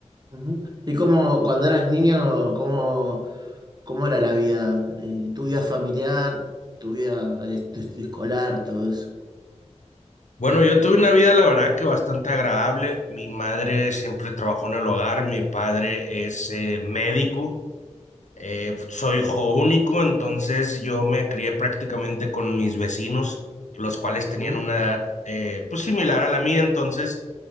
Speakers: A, on the right (about 35°); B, on the left (about 80°).
A: Ujú. ¿Y cómo, cuando eras niño, cómo, cómo era la vida? Eh, tu vida familiar, tu vida eh, tu est- escolar y todo eso.
B: Bueno, yo tuve una vida, la verdad, que bastante agradable. Mi madre siempre trabajó en el hogar, mi padre es eh, médico, Eh, soy hijo único, entonces yo me crié prácticamente con mis vecinos, los cuales tenían
A: Ujú.
B: una edad eh, pues similar a la mía, entonces